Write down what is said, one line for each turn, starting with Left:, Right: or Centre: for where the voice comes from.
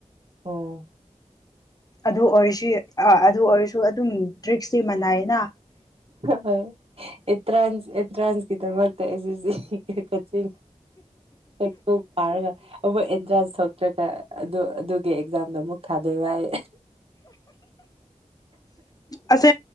Right: ꯑꯣ
Left: ꯑꯗꯨ ꯑꯣꯏꯔꯁꯤ ꯑꯥ ꯑꯗꯨ ꯑꯣꯏꯔꯁꯨ ꯑꯗꯨꯝ ꯗ꯭ꯔꯤꯛꯁꯇꯤ ꯃꯅꯥꯏꯅ
Right: ꯍꯣꯏꯥꯟ ꯑꯦꯟꯇ꯭ꯔꯥꯟꯁꯀꯤꯗꯃꯛꯇ ꯑꯩꯁ ꯀꯤꯡ ꯐ ꯄꯥꯔꯒ ꯑꯦꯟꯇꯔꯦꯁ ꯅꯠꯇ꯭ꯔꯒ ꯑꯗꯨ ꯑꯗꯨꯒꯤ ꯑꯦꯛꯖꯥꯝꯗꯣ ꯑꯃꯨꯛ ꯊꯥꯗꯣꯏ ꯍꯥꯏꯏ
Left: ꯑꯁꯦ